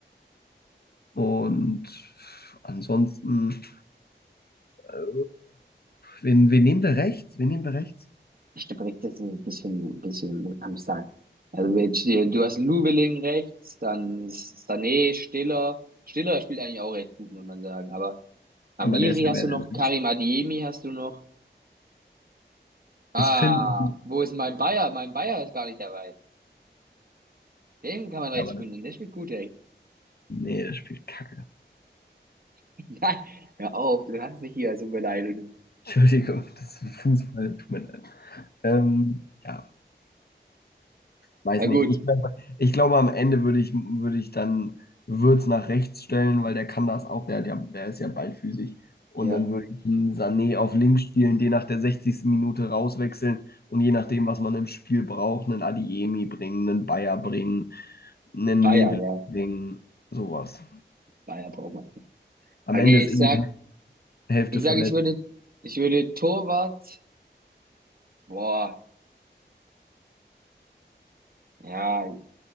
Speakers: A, on the left (about 60°); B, on the right (about 55°).
A: Und ansonsten, äh, wen, wen nehmen wir rechts? Wen nehmen wir rechts?
B: Ich glaube, rechts ist ein bisschen, ein bisschen am Sack. Also jetzt, äh, du hast Lubeling rechts, dann ist Sané, Stiller. Stiller spielt eigentlich auch recht gut, muss man sagen. Aber Amiri
A: Aber der ist ja
B: hast
A: mehr
B: du
A: der
B: noch,
A: Sechs.
B: Karim Adeyemi hast du noch. Ah,
A: Ich finde,
B: wo ist mein Bayer? Mein Bayer ist gar nicht dabei. Den kann man rechts
A: aber
B: spielen, der spielt gut rechts.
A: nee, der spielt Kacke.
B: <laughs> Nein, hör auf, du kannst nicht hier so beleidigen.
A: <laughs> Entschuldigung, das ist Fußball, tut mir leid. Ähm, ja, Weiß
B: Na
A: nicht.
B: gut,
A: Ich, glaub- ich glaube, am Ende würde ich, würde ich dann Würz nach rechts stellen, weil der kann das auch. Der, hat ja, der ist ja ballfüßig. Und
B: ja,
A: dann würde ich ihn Sané auf links spielen, den nach der sechzigsten Minute rauswechseln und je nachdem, was man im Spiel braucht, einen Adiemi bringen, einen Bayer bringen, einen
B: Bayer,
A: Level
B: ja,
A: bringen, sowas.
B: Bayer braucht man.
A: Am
B: Okay,
A: Ende ist
B: ich
A: eh
B: sag,
A: die Hälfte
B: ich sag,
A: verletzt.
B: ich würde, ich würde Torwart, boah, ja,